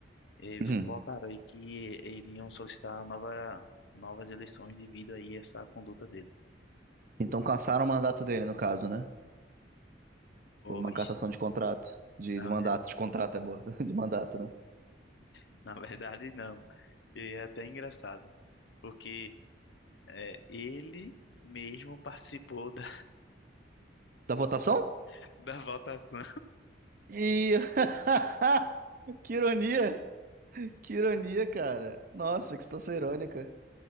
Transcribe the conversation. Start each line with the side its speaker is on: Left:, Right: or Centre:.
Left: E
Right: Uhum.
Left: votaram aí que iriam solicitar nova, novas eleições devido aí a essa conduta dele.
Right: Então cassaram o mandato dele, no caso, né?
Left: Pois.
Right: Houve uma cassação de contrato. De,
Left: na
Right: de mandato, de contrato é boa. <laughs> De mandato, né?
Left: <laughs> Na verdade, não. E é até engraçado, porque é, ele mesmo participou da,
Right: Da votação?
Left: <laughs> da votação
Right: E. <laughs> Que ironia! Que ironia, cara. Nossa, que situação irônica.